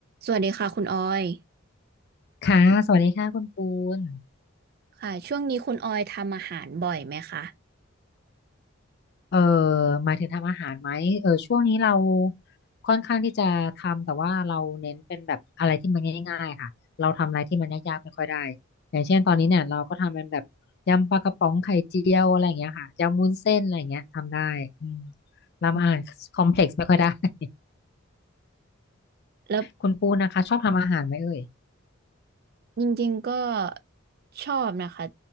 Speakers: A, on the right; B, on the left.
A: สวัสดีค่ะคุณออย
B: ค่ะสวัสดีค่ะคุณปูน
A: ค่ะช่วงนี้คุณออยทำอาหารบ่อยไหมคะ
B: เอ่อหมายถึงทำอาหารไหมเออช่วงนี้เราค่อนข้างที่จะทำ แต่ว่าเราเน้นเป็นแบบอะไรที่มันง่ายๆค่ะเราทำอะไรที่มันยากๆไม่ค่อยได้อย่างเช่นตอนนี้เนี่ยเราก็ทำเป็นแบบยำปลากระป๋องไข่เจียวอะไรอย่างเงี้ยค่ะ ยำวุ้นเส้นอะไรอย่างเงี้ยทำได้อืมทำอาหารคอมเพล็กซ์ไม่ค่อยได้
A: อืม
B: <laughs>
A: แล้ว
B: คุณปูนนะคะชอบทำอาหารไหมเอ่ย
A: จริงๆก็ชอบนะคะ